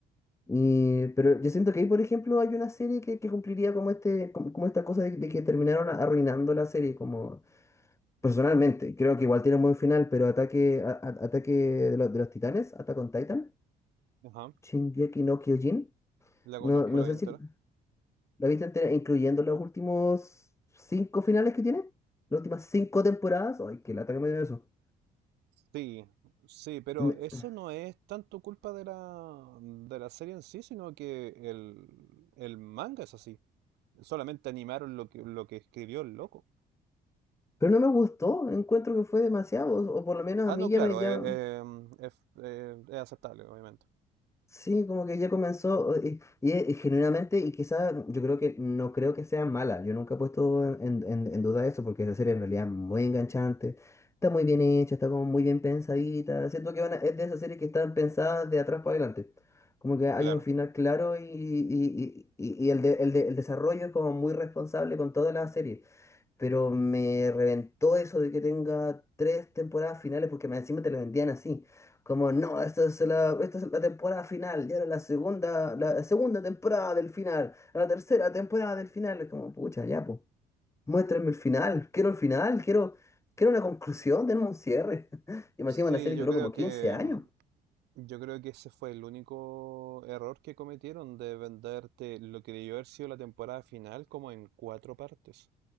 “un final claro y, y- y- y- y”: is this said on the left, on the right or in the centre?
Left